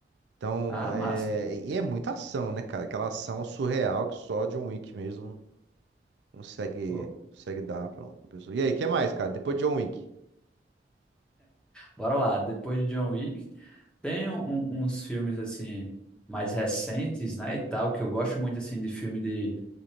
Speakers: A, on the right; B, in the centre.
A: Então,
B: Ah, massa.
A: é, e é muita ação, né, cara? Aquela ação surreal que só John Wick mesmo consegue,
B: Pô.
A: consegue dar pra uma pessoa. E aí, o que mais, cara? Depois de John Wick.
B: Bora lá, depois de John Wick, tem um- um, uns filmes assim mais recentes, né, e tal, que eu gosto muito assim de filme de